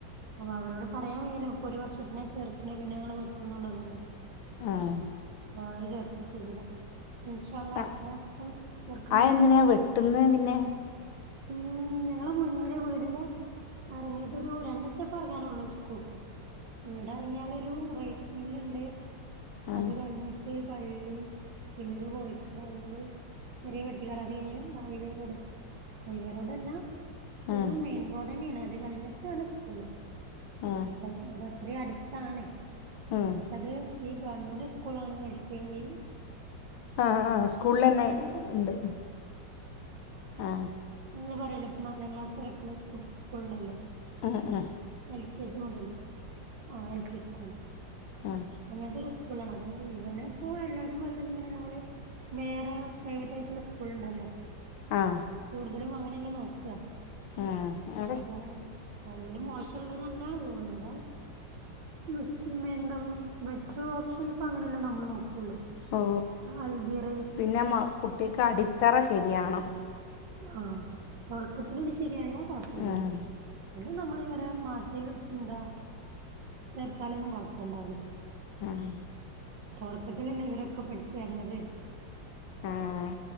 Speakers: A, on the right; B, on the left.
A: അപ്പൊ അവരോട് പറയാൻ വയല്ലോ ഇപ്പൊ ഒരു വർഷത്തിന ചേർക്ക്ണേ. പിന്നെഞങ്ങള് വെട്ടും ന്നുള്ളതൊന്നും.
B: ആഹാ
A: <unintelligible> ചെയ്തില്ല. ഇൻഷാ അള്ളാ അടുത്ത
B: ആഹ
A: വർഷം ചേർക്കണം
B: അയെ എന്തിനാ വെട്ടുന്നെ പിന്നെ?
A: <unintelligible> ഞളെ മുന്നില് എന്റെ വീടിന്റെ ഇറങ്ങിയിട് ഒരു രണ്ട് സ്റ്റെപ്പ് ഇറങ്ങാനൊള്ളു സ്കൂൾക്ക്. വിടെറങ്ങിയാലൊരു റൈസ് മില്ണ്ട്
B: ആഹ്
A: അത് കഴിഞ്ഞിട്ട്. ഒരു പള്ളി പിന്നൊരു കോഴിക്കട പിന്നൊരു. ചെറിയ പെട്ടികടാ അത് കഴിഞ്ഞൽ ഹൈവേറോട് ഹൈവേറോടല്ല. ഒരു
B: ആഹ്
A: മെയിൻ റോഡ്ന്നെയാണ് അത് കഴിഞ്ഞിട്ടാണ് സ്കൂള്
B: ആഹ്
A: അപോ അത്ര അടുത്താണ്
B: ആഹ്
A: പക്ഷേത്. ഈ ഗവൺമെന്റ് സ്കൂളാണ് എൽ കെ ജി.
B: ആഹ ആഹ സ്കൂളിലെന്നെണ്ട്
A: ഏതൊക്കെ
B: ആഹ
A: നമ്മള് പറയല്ല പ്പൊനാലാം ക്ലാസ് വരക്കുള്ള സ് സ്കൂള്ണ്ടല്ലോ
B: ആഹ ആഹാ
A: എൽ കെ ജി മുതല് ആ എൽ കെ ജി സ്കൂള്.
B: ആഹ
A: അങ്ങനത്തെ ഒരു സ്കൂളാണ്. അത് ഇവനെ ഇപ്പോ എല്ലാരും പറയ്ണത് ഇങ്ങനെ നമ്മള്. വേറെ പ്രൈവറ്റ് ആയിട്ടുള്ള സ്കൂൾ ഇണ്ടല്ലോ?
B: ആ
A: കൂടുതലും അങ്ങനെയല്ല നോക്കാ
B: ആഹാ ആഹ
A: അപ്പോ ഗവൺമെന്റ് മോശംള്ളത് ലാ ഒന്നൂടെ. <unintelligible> ബെറ്റർ ഓപ്ഷൻ ഇപ്പൊ അങ്ങനെയല്ലേ നമ്മള് നോക്കുള്ളൂ.
B: ഓ
A: ആഹ അൽബിർ.
B: പിന്നെ മാ കുട്ടിക്ക് അടിത്തറ ശരിയാവണം.
A: ആഹ തൊടക്കത്തില്ട് ശരിയായ കൊഴപ്പല്ല.
B: ഉം
A: പിന്നെ നമ്മള് ഇവരെ മാറ്റി ന്താ ചേർത്താലൊന്നും കുഴപ്പണ്ടാവുല്ല.
B: ആഹാ
A: തൊടക്കത്തിലല്ല ഇവരൊക്കെ പഠിച്ചു വരണ്ടത്.
B: ആഹാ